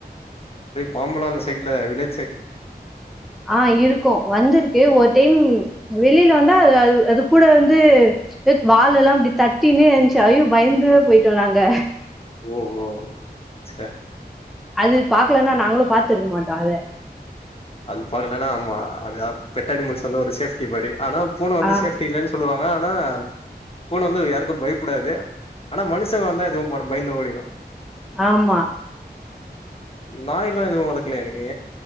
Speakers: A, on the left; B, in the centre.
A: பாம்பெல்லா அந்த சைட்ல வில்லே
B: ஆ இருக்கு வந்திருக்கு ஒரு டைம் வெளில வந்தா அ அது அது கு கூட வந்து வாலெல்லா இப்டி தட்டினு இன்ச்சு ஐயோ பயந்தே போயிட்டோ நாங்க
A: ஓ ஓகோ ச்சே
B: அது பாக்கலா தா நாங்களு பாத் த்ருக்க மாட்டா அத
A: அது பாக்கலன்னா ஆமா அது பெட்ட அனிமல்ஸ் வந்த ஒரு சேப்டி மாரி ஆனா பூன வந்து
B: ஆ
A: சேஃப்டி இல்லன்னு சொல்லுவாங்க ஆனா பூன வந்து யாருக்கு பயப்படாது ஆனா மனுஷங்க வந்தா இதுவு பயந்து ஓடிடு
B: ஆமா
A: நாய் எல்லா எதுவு வளக்கலைய நீங்க